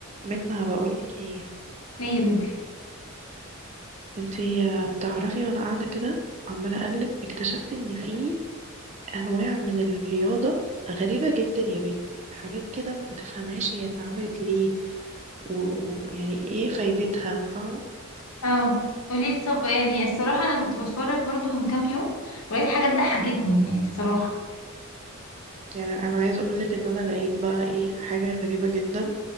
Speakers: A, on the right; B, on the left.
A: منا بقولك ايه
B: ليه يا بيبي
A: انتي تعرفي وانا قاعدة كده عمالة اقلب اكتشفت ان في انواع من الرياضة غريبة جدا يا بنتي حاجات كده ما تفهمهاش هي اتعملت ليه و- و- ويعني ايه فايدتها فاهمة
B: اه قولي لي طب يعني الصراحه انا كنت بتفرج برضو من كام يوم ولقيت حاجات ضحكتني يعني الصراحه
A: يعني انا عايزة اقولك ان انا لقيت بقى ايه حاجة غريبة جدا